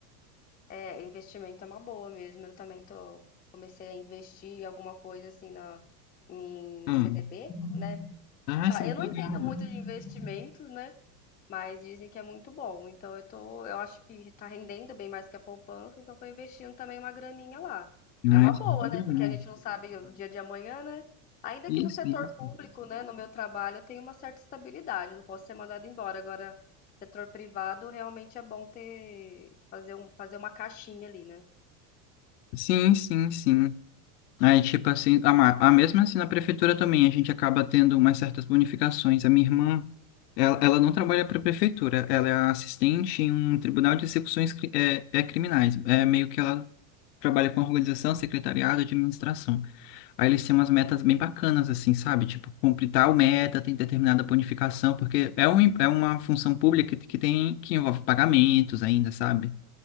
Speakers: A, on the left; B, on the left.
A: É, investimento é uma boa mesmo. Eu também tô, comecei a investir em alguma coisa assim na, em
B: Hum.
A: CDB, né?
B: Ah,
A: Pa-
B: isso é muito
A: Eu não
B: legal.
A: entendo muito de investimento, né? Mas dizem que é muito bom. Então eu tô, eu acho que tá rendendo bem mais que a poupança, então tô investindo também uma graninha lá.
B: Ah,
A: É uma
B: isso
A: boa,
B: é muito
A: né? Porque a gente
B: bom.
A: não sabe o dia de amanhã, né? Ainda
B: Isso,
A: que no setor
B: isso.
A: público, né, no meu trabalho, eu tenho uma certa estabilidade, não posso ser mandado embora. Agora, setor privado, realmente é bom ter fazer um, fazer uma caixinha ali, né?
B: Sim, sim, sim. Aí, tipo assim, a, ma- a mesma assim na prefeitura também, a gente acaba tendo umas certas bonificações. A minha irmã, ela, ela não trabalha para a prefeitura, ela é assistente em um tribunal de execuções cri- é, é criminais. É meio que ela trabalha com organização, secretariado, administração. Aí eles têm umas metas bem bacanas, assim, sabe? Tipo, cumprir tal meta, tem determinada bonificação, porque é, um, im- é uma função pública que tem, que envolve pagamentos ainda, sabe?